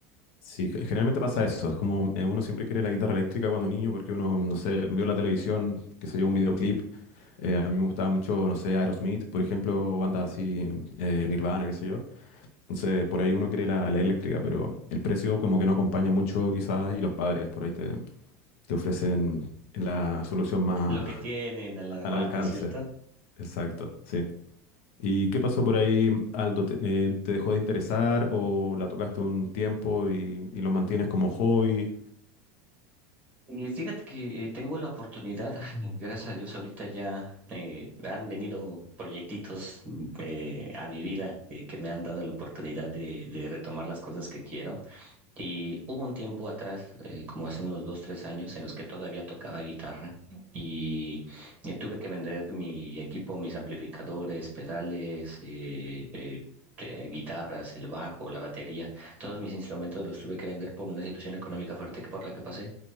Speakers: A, on the left; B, on the right.
A: Sí, ge- generalmente pasa eso. Es como eh, uno siempre quiere la guitarra eléctrica cuando niño porque uno, no sé, vio la televisión, que se yo, un videoclip. eh, a mí me gustaba mucho, no sé, Aerosmith, por ejemplo, bandas así, eh, Nirvana, qué sé yo. Entonces, por ahí uno quiere la, la eléctrica, pero el precio como que no acompaña mucho quizás y los padres por ahí te, te ofrecen la solución más
B: lo que
A: <laughs>
B: tienen a la
A: al
B: mano,
A: alcance.
B: ¿cierto?
A: Exacto, sí. ¿Y qué pasó por ahí, Aldo? ¿Te, eh, te dejó de interesar o la tocaste un tiempo y, y lo mantienes como hobby?
B: Y fíjate que eh, tengo la oportunidad, <laughs> gracias a Dios, ahorita ya eh, han venido proyectitos eh, a mi vida eh, que me han dado la oportunidad de, de retomar las cosas que quiero. Y hubo un tiempo atrás, eh, como hace unos dos, tres años, en los que todavía tocaba guitarra y eh, tuve que vender mi equipo, mis amplificadores, pedales, eh, eh, eh, guitarras, el bajo, la batería, todos mis instrumentos los tuve que vender por una situación económica fuerte que por la que pasé.